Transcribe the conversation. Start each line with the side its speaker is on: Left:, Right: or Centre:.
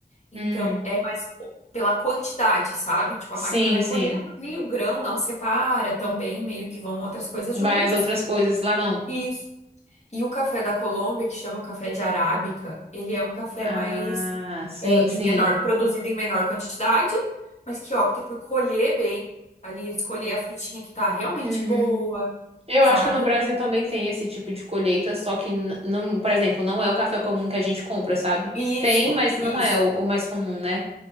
Left: Então
Right: Hum.
Left: é mais o- pela quantidade, sabe? Tipo,
Right: Sim,
Left: a máquina vai
Right: sim.
Left: colhendo ali, o grão não separa também, meio que vão outras coisas juntos.
Right: Vai as outras coisas lá não.
Left: Isso. E o café da Colômbia, que chama o café de arábica, ele é um café
Right: Ah,
Left: mais
Right: sim,
Left: é,
Right: sim.
Left: em menor, produzido em menor quantidade, mas que opta por colher bem, ali escolher a frutinha que tá realmente
Right: Uhum.
Left: boa,
Right: Eu
Left: sabe?
Right: acho que no Brasil também tem esse tipo de colheita, só que n- não, por exemplo, não é o café comum que a gente compra, sabe?
Left: Isso,
Right: Tem, mas não
Left: isso.
Right: é o o mais comum, né?